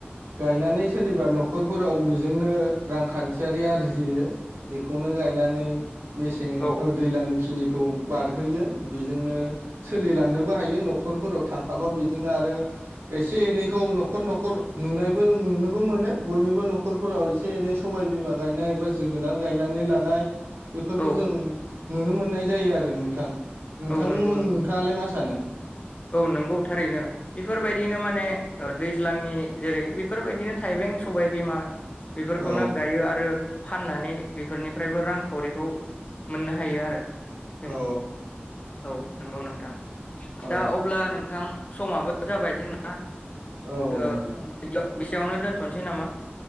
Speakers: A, on the right (about 85°); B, on the left (about 35°).
A: गायनानै सोरनिबा न'खरफोराव जोंनो रांखान्थियारि आरजियो बेखौनो गायनानै मेसें
B: औ
A: ओ दैज्लां खिनि खौ बारहोयो बेजोंनो सोलिलांनो बो हायो न'खरफोराव थाखाबा बेजोंनो आरो एसे एनैखौ न'खर न'खर नुनायबो नुनोबो मोनो बयनिबो न'खरफोराव एसे एनै सबाय बिमा गायनाय बा जोगोनार गायनानै लानाय बेफोरखौ
B: औ
A: जों नुनो मोननाय जायो आरो नोंथां नोंथां
B: औ नंगौ
A: नोंथाङालाय
B: नंगौ
A: मा सानो
B: औ नंगौ थारैनो बेफोरबायदिनो
A: औ
B: माने ओ दैज्लांनि जेरै बेफोरबायदिनो थाइबें सबायबिमा बेफोरखौनो
A: औ
B: गायो आरो फाननानै बेफोरनिफ्रायबो रांखावरिखौ मोननो हायो आरो जों
A: औ
B: औ नंगौ नोंथां
A: औ
B: दा अब्ला नोंथां समाबो जाबाय जोंना
A: औ
B: ओ
A: नोंथां
B: बेसेयावनो दोनथ'नोसै नामा